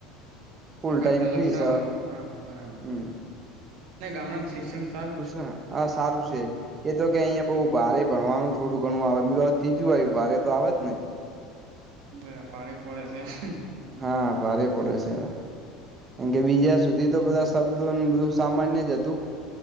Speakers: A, on the right; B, on the right.
A: ફૂલ
B: એ
A: ટાઈમ
B: કર કલાક
A: ફ્રી
B: સવારે
A: સર
B: હા બરાબર
A: હમ
B: ના ગામડાનું શિક્ષણ સારું છે
A: હા આ સારું છે એ તો કે અહિયાયા બઉ ભારે ભણવાનું થોડું ઘણું આવે તો ત્રીજું આવયું ભારે તો આવે જ ને
B: ના ભારે પડે છે.
A: હા ભારે પડે છે કારણ કે બીજા સુધી તો બધા શબ્દ બધું સામાન્ય જ હતું